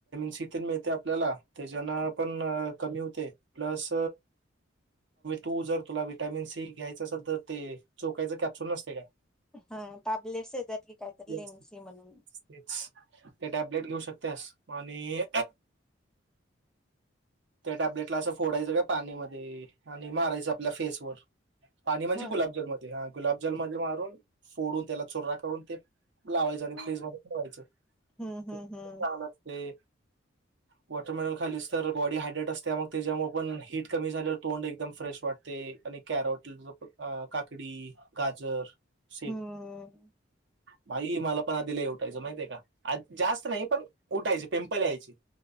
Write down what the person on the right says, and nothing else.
सी मिळते आपल्याला त्याच्यान पण कमी होते प्लस तू जर तुला विटॅमिन सी घ्यायचं असेल तर ते चोकायच कॅप्सुल नसते काय
येस
तेच ते टॅब्लेट घेऊ शकत्यास आणि त्या टॅब्लेटला असं फोडायचं काय पाणी मध्ये आणि मारायचं आपल्या फेसवर पाणी म्हणजे
गुलाबजलमध्ये हा गुलाबजल मध्ये मारून फोडून त्याला चुरा करून ते लावायचं आणि
फ्रीज मध्ये बनवायचं
ते
चल असते वॉटरमेनल खालीच तर बॉडी हायड्रेट असते मग त्याच्यामुळे पण हीट कमी झाल्यावर तोंड एकदम फ्रेश वाटते आणि कॅरट काकडी गाजर सिप
भाई मला पण आधी ल उठायचं माहितीय का जास्त नाही पण उठायची पिंपल यायची